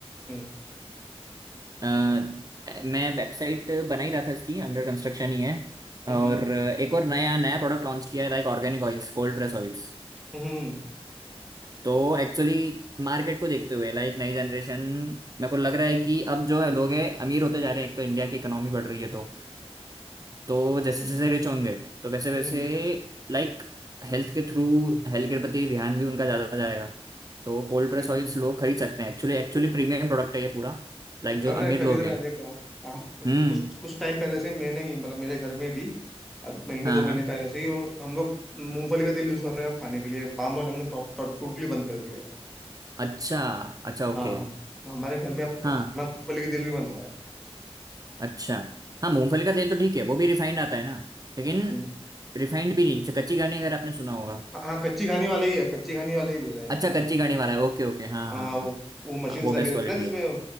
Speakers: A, in the centre; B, on the right.
A: हम्म
B: अ, मैं वेबसाइट बना ही रहा था इसकी अंडर कंस्ट्रक्शन ही है
A: हम्म
B: और एक और नया नया प्रोडक्ट लॉन्च किया है like organic oils cold press oils
A: हम्म
B: तो एक्चुअली मार्केट को देखते हुए लाइक नई जनरेशन मेरे को लग रहा है कि अब जो है लोग हैं अमीर होते जा रहे हैं एक तो इंडिया की इकोनॉमी बढ़ रही है तो तो जैसे
A: हम्म,
B: जैसे रिच होंगे तो वैसे वैसे
A: हम्म,
B: लाइक हेल्थ के थ्रू हेल्थ के प्रति ध्यान भी उनका ज़्यादा जाएगा तो कोल्ड प्रेस
A: बिल-
B: ऑयल्स लोग खरीद सकते हैं एक्चुअली एक्चुअली प्रीमियम प्रोडक्ट है ये पूरा लाइक
A: कर
B: जो अमीर
A: रहे खरीद
B: लोग
A: रहे
B: हैं
A: हैं देखो आप हम
B: हम्म
A: कुछ कुछ टाइम पहले से मैंने ही मतलब मेरे घर में भी अब महीने
B: हाँ
A: दो महीने
B: हाँ।
A: पहले से ही वो- हम लोग मूंगफली का तेल यूज कर रहे हैं अब खाने के लिए पाम ऑयल हमने टोटली बंद कर दिया है
B: अच्छा अच्छा ओके
A: हाँ हमारे घर में अब खाना
B: हाँ
A: मूंगफली के तेल में बन रहा है
B: अच्छा हाँ मूंगफली का तेल तो ठीक है वो भी रिफाइंड आता है ना लेकिन
A: हाँ
B: रिफाइंड भी नहीं अच्छा, कच्ची घानी अगर आपने सुना होगा
A: हाँ हाँ, कच्ची घानी वाले ही है कच्ची घानी वाले ही ले रहे हैं हम
B: अच्छा
A: लोग
B: कच्ची घानी वाला है ओके ओके हाँ
A: हाँ
B: हाँ
A: वो
B: हाँ
A: वो मशीन्स
B: हाँ वो
A: लगी
B: बेस्ट
A: रहती
B: क्वालिटी
A: है ना जिसमें
B: है